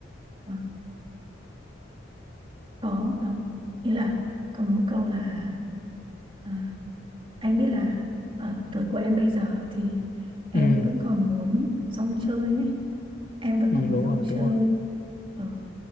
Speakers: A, on the right; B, on the left.
A: Ờ, có đâu. Nghĩa là còn một câu là ờ, anh biết là ở tuổi của em bây giờ thì em
B: ừ
A: vẫn còn muốn rong chơi ấy. Em vẫn
B: ừ
A: còn muốn
B: đúng
A: rong
B: rồi đúng
A: chơi.
B: rồi
A: Ờ,